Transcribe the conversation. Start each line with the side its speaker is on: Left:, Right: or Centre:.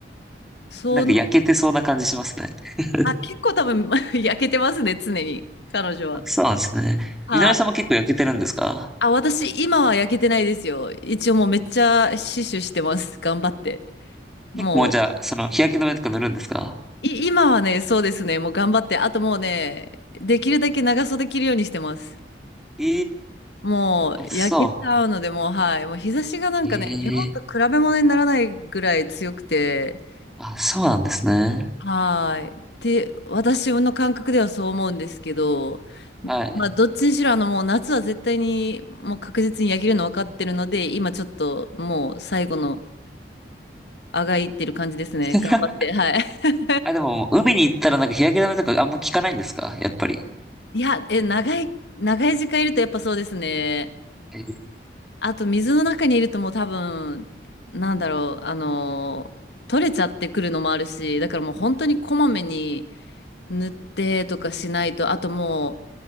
Left: その、
Centre: なんか焼けてそうな感じしますね。<laughs>
Left: あ、結構多分 <laughs> 焼けてますね、常に、彼女は。
Centre: あそうなんですね。
Left: はい。
Centre: みのりさんも結構焼けてるんですか
Left: あ、私、今は焼けてないですよ。一応もうめっちゃ死守してます、頑張って。もう、
Centre: 結構もうじゃあ、その日焼け止めとか塗るんですか
Left: い、今はね、そうですね、もう頑張って、あともうね、できるだけ長袖着るようにしてます。
Centre: え
Left: もう焼けちゃうので、
Centre: ー、暑そ
Left: もうはい。もう日差しがなんかね、
Centre: う。えー、
Left: 日本と比べ物にならないぐらい強くて、
Centre: あ、そうなんですね。
Left: はい。って私の感覚ではそう思うんですけど、
Centre: はい。
Left: まあどっちにしろあのもう夏は絶対にもう確実に焼けるの分かってるので、今ちょっともう最後のあがいってる感じですね。
Centre: <laughs>
Left: 頑張って。はい。<laughs>
Centre: あ、でも、海に行ったらなんか日焼け止めとかあんま効かないんですかやっぱり。
Left: いや、え、長い、長い時間いるとやっぱそうですね。
Centre: えー
Left: あと水の中にいるともう多分、なんだろう、あのー取れちゃってくるのもあるし、だからもう本当にこまめに塗ってとかしないと、あとも